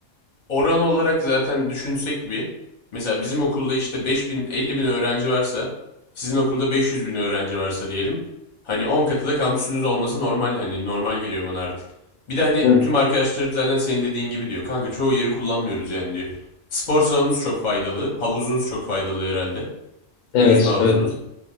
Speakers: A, on the left (about 35°); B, on the left (about 80°).
A: oran olarak zaten düşünsek bir. Mesela bizim okulda işte 5000 bin, 50 bin öğrenci varsa, sizin okulda 500 bin öğrenci varsa diyelim. Hani 10 katı da kampüsünüz olması normal hani normal geliyor bana artık. Bir de hani
B: Hı.
A: tüm arkadaşlarım zaten senin dediğin gibi diyor. Kanka çoğu yeri kullanmıyoruz yani diyor. Spor salonunuz çok faydalı, havuzunuz çok faydalı herhalde.
B: Evet,
A: Yüzme havuzunuz.
B: evet.